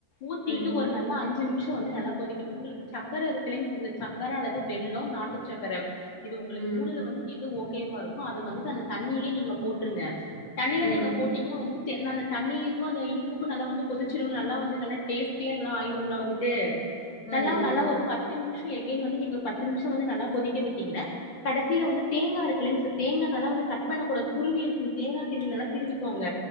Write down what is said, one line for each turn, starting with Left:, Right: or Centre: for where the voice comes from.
Left: ஊத்திட்டு
Right: ம்.
Left: ஒரு நல்லா அஞ்சு நிம்ஷ் சோ வந்து நல்லா கொதிக்கிட்டு உங்ளுக்கு சக்கர இருக்கு இல்ல சக்கர அல்லது வெல்லோ அல்லது நாட்டு சக்கர இது உங்களுக்கு
Right: ம்.
Left: மூணுல வந்து எது ஒ கேவா இருக்கு அத வந்து அந்த தண்ணிலியே நீங்க போட்ருங்க தண்ணில
Right: ம்.
Left: நீங்க போட்டீங்ன்னா வந்துட்டு ந அந்த தண்ணிக்கு அந்த இனிப்புக்கு நல்லா வந்து கொதிச்சிரு நல்லா வந்து நல்லா டேஸ்டிய நல்லா ஆயிரும்ங்ளா வந்துட்டு
Right: ம்.
Left: நல்லா
Right: ம்.
Left: நல்லா ஒரு பத்து நிம்ஷ் எகேன் வந்து நீங்க ஒரு பத்து நிம்ஷ வந்து நல்லா கொதிக்க விட்டீங்க கடசில வந்து தேங்கா இருக்குல்லைங் தேங்கா நல்ல வந்து கட் கூடாது துருவி இருக்கு தேங்கா திருகுலலா திருவிக்கோங்க